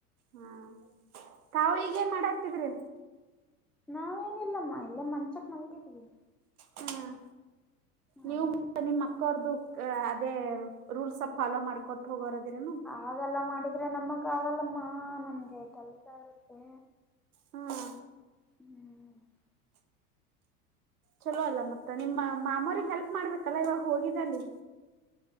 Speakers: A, on the right; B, in the centre.
A: ಹಾ ತಾವು ಈಗೇ ಮಾಡಾತ್ತಿದ್ರಿ
B: ನಾವು ಏನಿಲ್ಲಮ್ಮ ಇಲ್ಲೇ ಮಂಚಕ್ ಮಲ್ಗಿದ್ವಿ.
A: ಹ್ಮ್ ನೀವು
B: ಹೌದು
A: ನಿಮ್ಮ ಅಕ್ಕ ಅವರದ್ದೂ. ಅ ಅದೇ ರೂಲ್ಸ್ ಫಾಲೋ ಮಾಡ್ಕೊಟ್ಟು ಹೋಗೋರೇನೂ.
B: ಹಾಗಲ್ಲ ಮಾಡಿದ್ರೆ ನಮಕ್ ಆಗಲ್ಲಮ್ಮ ನಮಗೆ ಕೆಲಸ ಇರುತ್ತೆ.
A: ಹ್ಮ್
B: ಹ್ಮ್
A: ಚಲೋ ಅಲ್ಲ ಮತ್ತೆ ನಿಮ್ಮ ಮಾಮಾರಿಗೆ ಹೆಲ್ಪ್ ಮಾಡ್ಬೇಕಲ್ಲ ಇವಾಗ ಹೋಗಿದಲ್ಲಿ.